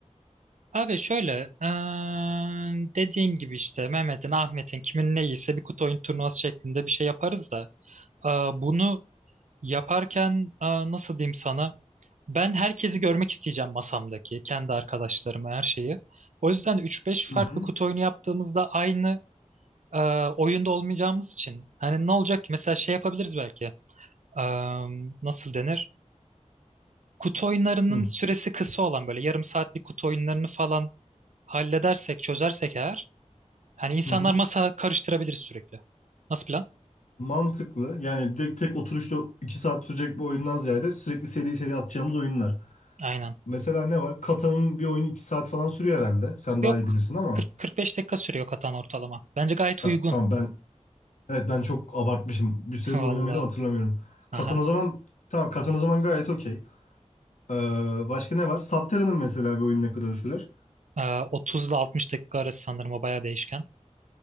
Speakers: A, on the right; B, on the left.
A: Abi şöyle, aa, dediğin gibi işte Mehmet'in, Ahmet'in kimin ne iyiyse bir kutu oyun turnuvası şeklinde bir şey yaparız da aa, bunu yaparken aa, nasıl diyeyim sana? Ben herkesi görmek isteyeceğim masamdaki, kendi arkadaşlarımı, her şeyi. O yüzden üç beş
B: Hı
A: farklı
B: hı.
A: kutu oyunu yaptığımızda aynı e, oyunda olmayacağımız için. Hani ne olacak ki? Mesela şey yapabiliriz belki. E, nasıl denir? Kutu oyunlarının
B: Hı
A: süresi kısa olan böyle yarım saatlik kutu oyunlarını falan halledersek, çözersek eğer. Hani insanlar
B: hı. hı.
A: masa karıştırabiliriz sürekli. Nasıl plan?
B: Mantıklı. Yani direkt tek oturuşta 2 saat sürecek bir oyundan ziyade sürekli seri seri atacağımız oyunlar.
A: Aynen.
B: Mesela ne var? Katan'ın bir oyunu iki saat falan sürüyor herhalde. Sen daha
A: Yok.
B: iyi bilirsin ama
A: 40-45 dakika sürüyor katan ortalama. Bence gayet
B: ben,
A: uygun.
B: tamam ben Evet ben çok abartmışım. Bir süredir
A: <laughs> Valla.
B: oynamayanı hatırlamıyorum. Katan
A: Aha.
B: o zaman tamam Katan o zaman gayet okey. Ee, başka ne var? Subterra'nın mesela bir oyun ne kadar sürer?
A: E, 30 ile 60 dakika arası sanırım o bayağı değişken.